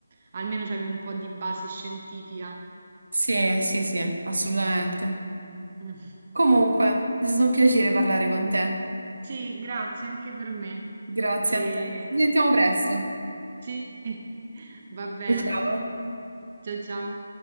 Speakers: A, on the right (about 40°); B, on the right (about 80°).
A: almeno c'avevi un po' di base scientifica.
B: Sì, sì, sì, assolutamente.
A: Mm.
B: Comunque, è stato un piacere parlare con te.
A: Sì, grazie anche per me.
B: Grazie
A: E...
B: a te. Ci sentiamo presto.
A: Sì, <laughs> va bene.
B: Ciao.
A: Ciao ciao.